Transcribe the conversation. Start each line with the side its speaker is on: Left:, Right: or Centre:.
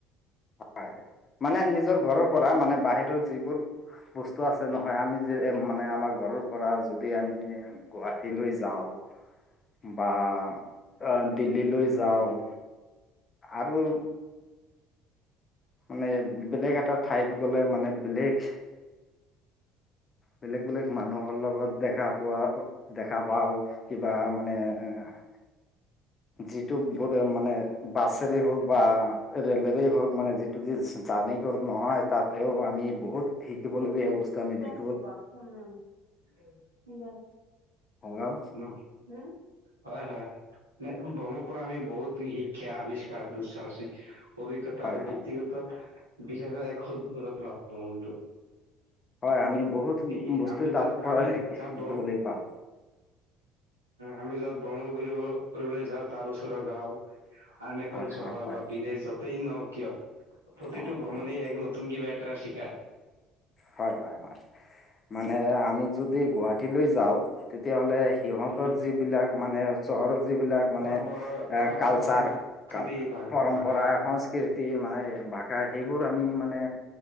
Left: হয় মানে নিজৰ ঘৰৰ পৰা মানে বাহিৰৰ যিবোৰ বস্তু আছে নহয় আমি যে মানে আমাৰ ঘৰৰ পৰা যদি আমি গুৱাহাটীলৈ যাওঁ বা অহ দিল্লীলৈ যাওঁ আৰু মানে বেলেগ এটা ঠাইত গ'লে মানে বেলেগ বেলেগ বেলেগ মানুহৰ লগত দেখা পোৱা দেখা পাও কিবা মানে <unintelligible> যিটো মানে বাছেৰে হওক বা ৰেলেৰে হওক মানে যিটো জাৰ্ণি নহয় তাতেও আমি বহুত শিকিবলগীয়া বস্তু আমি দেখো
Right: টোৰ বাপটো নাই
Left: হয়
Right: হম হয় হয় ন ব্ৰহ্মপুত্ৰ আমি বহুত শিক্ষা আৱিষ্কাৰ দুসাহিক অভিজ্ঞতা
Left: হয়
Right: আৰু
Left: হয়
Right: ব্যক্তিগত বিশষ এক ভ্ৰমণটো
Left: হয় আমি বহুত
Right: সেই
Left: বস্তু
Right: আমি
Left: তাৰ
Right: যা
Left: পৰা
Right: আমি
Left: শি
Right: যাত
Left: শিকিবলৈ
Right: ভ্ৰম
Left: পাওঁ
Right: আমি যত ভ্ৰমণ কৰিব কৰিবলৈ যাওঁ তাৰ ওচৰৰ গাওঁ আন এখন
Left: হয়
Right: চহৰ
Left: হয় হয়
Right: বা বিদেশ যতেই নহওক কিয় প্ৰতিটো
Left: অঁ
Right: ভ্ৰমণে এক নতুন কিবা তা চিকাৰ
Left: হয় হয় হয় মানে আমি যদি গুৱাহাটীলৈ যাওঁ তেতিয়া হ'লে সিহঁতৰ
Right: উম
Left: যিবিলাক মানে চহৰৰ যিবিলাক মানে
Right: পৰম্পৰা পৰ
Left: কালচাৰ
Right: পৰম্পৰা সংস্কৃতি
Left: কা
Right: ভা-
Left: পৰম্পৰা
Right: ভাষা
Left: সংস্কৃতি মানে ভাষা সেইবোৰ আমি মানে